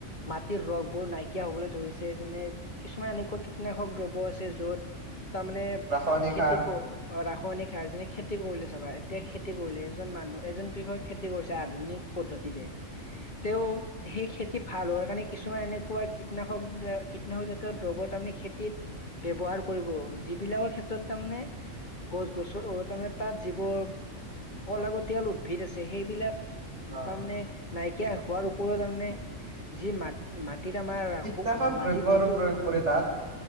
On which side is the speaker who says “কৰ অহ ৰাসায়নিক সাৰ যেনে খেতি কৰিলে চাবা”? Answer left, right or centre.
Left